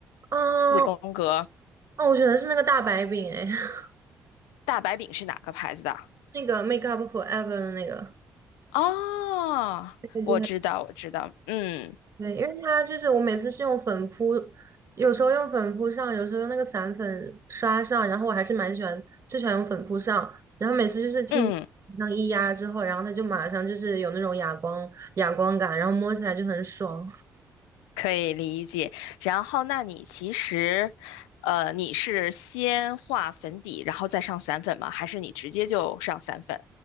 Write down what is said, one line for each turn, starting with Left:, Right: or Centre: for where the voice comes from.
Right: 嗯，
Left: 四宫格
Right: 哦，我选的是那个大白饼，哎，<laughs>
Left: 大白饼是哪个牌子的？
Right: 那个 Make Up Forever 的那个。
Left: 哦，
Right: 对对，
Left: 我知道，我知道，嗯
Right: 对，因为它就是我每次是用粉扑，有时候用粉扑上，有时候用那个散粉刷上，然后我还是蛮喜欢，最喜欢用粉扑上，然后每次就是轻轻上一压之后，
Left: 嗯，
Right: 然后它就马上就是有那种哑光哑光感，然后摸起来就很爽
Left: 可以理解。然后，那你其实，呃，你是先画粉底，然后再上散粉吗？还是你直接就上散粉？